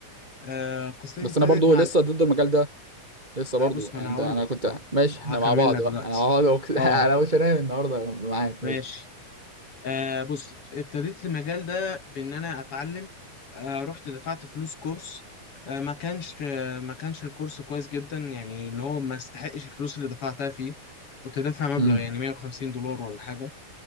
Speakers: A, on the left; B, on the right.
A: آه قصتي
B: بس
A: ابتدت
B: انا برضو
A: مع
B: لسه ضد المجال ده لسه
A: لا
B: برضو
A: بص ما
B: يعني
A: انا هقول
B: ده انا
A: لك
B: كنت
A: ه-
B: ماشي
A: هكمل
B: احنا مع بعض
A: لك
B: بقى
A: دلوقتي
B: انا مع بعض وك- <laughs> انا
A: اه
B: مش هنام النهارده معاك
A: ماشي
B: ماشي
A: آه بص ابتديت المجال ده بإن أنا أتعلم آه رحت دفعت فلوس كورس آه ما كانش آه ما كانش الكورس كويس جدا يعني اللي هو ما استحقش الفلوس اللي دفعتها فيه كنت دافع مبلغ
B: امم
A: يعني 150 دولار ولا حاجة